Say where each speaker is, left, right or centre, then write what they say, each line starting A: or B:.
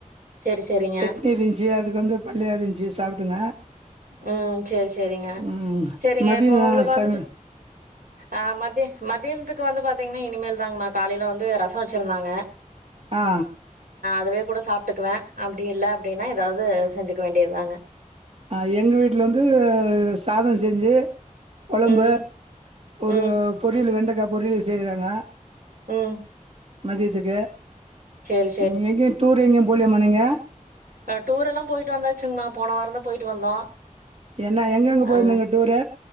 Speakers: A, on the right (about 90°); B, on the right (about 45°).
A: சரி சரிங்க
B: சட்னி இருந்துச்சு அதுக்கு வந்து பனியாரோ இருந்துச்சு சாப்பிடுங்க
A: உம் சரி சரிங்க
B: ம்
A: சரிங்க
B: மதிய
A: இப்போ உங்களுக்கு வந்துட்டு
B: சமையல்
A: ஆ மதியம் மதியானத்துக்கு வந்து பாத்தீங்கன்னா இனிமேல் தாங்க காலையில வந்து ரசோ வச்சிருந்தாங்க
B: ஆ
A: அதவே கூட சாப்ட்டுக்குவேன் அப்டி இல்ல அப்டின்னா ஏதாவது செஞ்சு வேண்டியது தாங்க
B: அ எங்க வீட்ல வந்து சாதோ செஞ்சு கொழம்பு
A: ம்
B: ஒரு
A: ம்
B: பொரியல் வெண்டக்கா பொறியல் செய்றாங்க
A: ம்
B: மதியத்துக்கு
A: சேரி
B: ம் எங்கேயும் டூர் எங்கேயும் போலியமா நீங்க
A: அ டூர் எல்லா போயிட்டு வந்தாச்சுங்மா போன வாரோந்தா போயிட்டு வந்தோ
B: என்ன எங்கெங்க போயிருந்தீங்க
A: ஆ
B: டூரு